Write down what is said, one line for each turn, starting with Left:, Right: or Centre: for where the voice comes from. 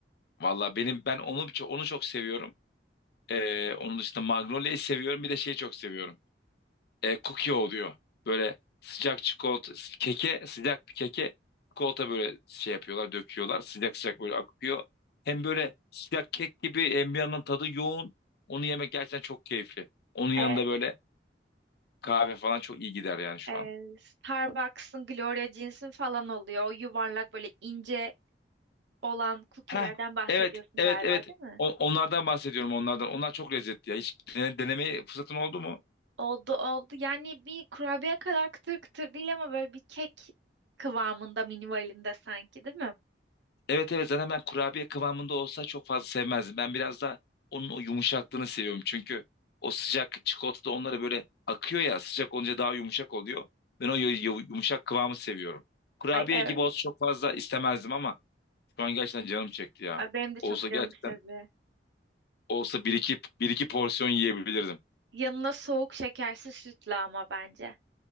Left: Valla benim ben onu onu çok seviyorum. E, onun dışında Magnolia'yı seviyorum, bir de şeyi çok seviyorum. e, cookie oluyor. Böyle sıcak çikolata, keke, sıcak bir keke çikolata böyle şey yapıyorlar, döküyorlar. Sıcak sıcak böyle akıyor. Hem böyle sıcak kek gibi hem bir yandan tadı yoğun. Onu yemek gerçekten çok keyifli. Onun yanında
Right: E,
Left: böyle kahve falan çok iyi gider yani şu
Right: e,
Left: an.
Right: Starbucks'ın Gloria Jeans'in falan oluyor. O yuvarlak böyle ince olan cookie'lerden
Left: Heh,
Right: bahsediyorsun
Left: evet, evet,
Right: galiba
Left: evet.
Right: değil mi?
Left: O- onlardan bahsediyorum onlardan. Onlar çok lezzetli ya. Hiç dene- denemeye fırsatın oldu mu?
Right: Oldu oldu. Yani bir kurabiye kadar kıtır kıtır değil ama böyle bir kek kıvamında minimalinde sanki değil mi?
Left: Evet evet zaten ben kurabiye kıvamında olsa çok fazla sevmezdim. Ben biraz daha onun o yumuşaklığını seviyorum. Çünkü o sıcak çikolata da onlara böyle akıyor ya sıcak olunca daha yumuşak oluyor. Ben o yu- yu- yumuşak kıvamı seviyorum. Kurabiye
Right: Ay evet.
Left: gibi olsa çok fazla istemezdim ama şu an gerçekten canım çekti ya.
Right: Ay, benim de çok
Left: Olsa gerçekten
Right: canım istedi.
Left: olsa bir iki, bir iki porsiyon yiyebilirdim.
Right: Yanına soğuk şekersiz sütle ama bence.